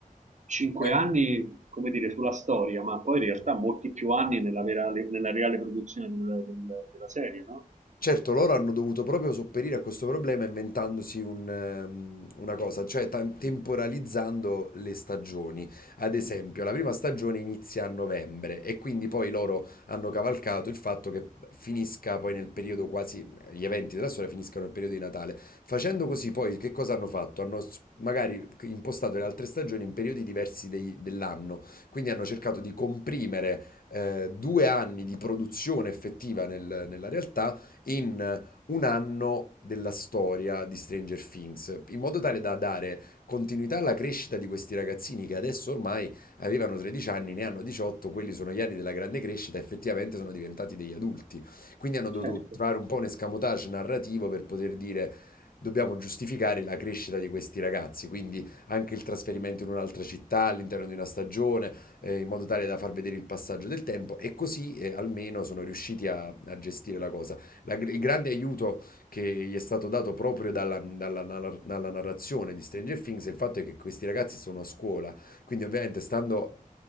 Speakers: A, on the right; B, on the left.
A: 5
B: Eh,
A: anni, come dire, sulla storia, ma poi in realtà molti più anni nella, vera- nella reale produzione del- del- della serie, no?
B: Certo, loro hanno dovuto proprio sopperire a questo problema inventandosi un, ehm, una cosa, cioè tem- temporalizzando le stagioni. Ad esempio, la prima stagione inizia a novembre e quindi poi loro hanno cavalcato il fatto che finisca poi nel periodo quasi, gli eventi della storia finiscano nel periodo di Natale. Facendo così poi che cosa hanno fatto? Hanno s- magari impostato le altre stagioni in periodi diversi dei- dell'anno, quindi hanno cercato di comprimere eh, due anni di produzione effettiva nel- nella realtà in eh, un anno della storia di Stranger Things, in modo tale da dare continuità alla crescita di questi ragazzini che adesso ormai avevano 13 anni, ne hanno 18, quelli sono gli anni della grande crescita, effettivamente sono diventati degli adulti. Quindi hanno dovuto
A: Certo.
B: trovare un po' un escamotage narrativo per poter dire dobbiamo giustificare la crescita di questi ragazzi, quindi anche il trasferimento in un'altra città all'interno di una stagione, eh, in modo tale da far vedere il passaggio del tempo e così eh, almeno sono riusciti a, a gestire la cosa. La gr- il grande aiuto che gli è stato dato proprio dalla, dalla nar- dalla narrazione di Stranger Things è il fatto è che questi ragazzi sono a scuola, quindi ovviamente stando...